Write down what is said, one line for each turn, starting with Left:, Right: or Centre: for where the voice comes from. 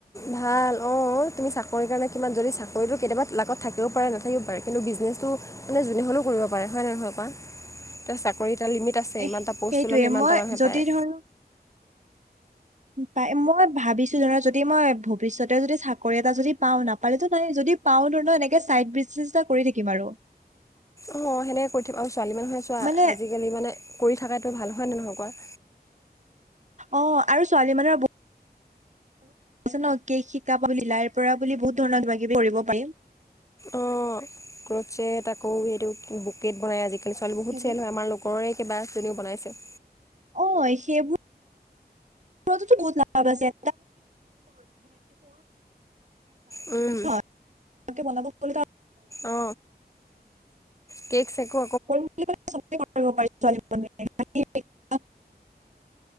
Left: ভাল অ তুমি চাকৰিৰ কাৰণে কিমান যদি চাকৰিটো কেতিয়াবা লাগত থাকিবও পাৰে নাথাকিবও পাৰে। কিন্তু বিজনেছটো মানে যোনে হ'লেও কৰিব পাৰে হয় ন নহয় কোৱা? এতিয়া চাকৰি এটা লিমিট টা আছে
Right: এ
Left: ইমান এটা প'ষ্ট
Right: সেইটোয়ে
Left: ল'লে ইমানটা
Right: মই
Left: মানুহে
Right: যদি
Left: পায়।
Right: ধৰ পাই মই ভাবিছো ধৰা, যদি মই ভৱিষ্যতে যদি চাকৰি এটা যদি পাওঁ নাপালেতো নাই যদি পাওঁ ধৰণৰ এনেকে চাইড বিগনেজ এটা কৰি থাকিম আৰু।
Left: অ সেনেকে কৰি থাকিব আৰু ছোৱালী মানুহে চোৱা
Right: মানে
Left: আজিকালি মানে কৰি থাকাইটো ভাল হয়নে নহয় কোৱা?
Right: অ আৰু ছোৱালী মানুহৰ ব কৈছ ন কেক শিকা লিলাইৰ পৰা বুলি বহুত ধৰণৰ কিবা কিবি কৰিব পাৰিম।
Left: অ ক্ৰছে আকৌ সেইটো বুকেট বনাই আজিকালি ছোৱালী বহুত
Right: সেইটো
Left: চেল হয় আমাৰ ল ঘৰৰে কেবা জনীও বনাইছে।
Right: অ, এই সেইবো সেইবোৰতোতো বহুত লাভ আছে
Left: উম,
Right: <unintelligible> ভালকে বনাব কলি <unintelligible>
Left: অ, কেক-চেকো
Right: কৰিম বুলি ক'লে চবে কৰিব পাৰি ছোৱালী মানুহে <unintelligible>